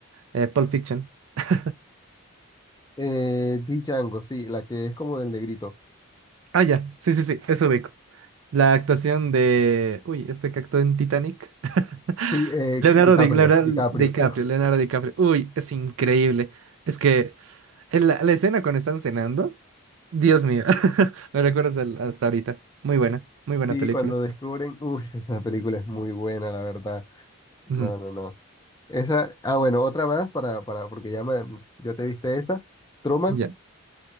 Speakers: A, on the right; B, on the left.
A: eh, Pulp Fiction. <laughs>
B: Eh, Di Django, sí, la que es como del negrito.
A: Ah, ya. Sí, sí, sí, eso ubico. La actuación de... Uy, este que actuó en Titanic. <laughs>
B: Sí, eh,
A: Leonardo,
B: Ki- DiCaprio,
A: Di- Leonardo
B: DiCaprio.
A: DiCaprio,
B: Uf.
A: Leonardo DiCaprio. Uy, es increíble. Es que en la, la escena cuando están cenando, Dios mío, <laughs> me recuerdas del- hasta ahorita. Muy buena, muy buena
B: Sí,
A: película.
B: cuando descubren, uff <laughs> esa película es muy buena, la verdad.
A: Ujú,
B: No, no, no. Esa, ah, bueno, otra más para, para, porque ya me, ya te viste esa. Truman,
A: Ya.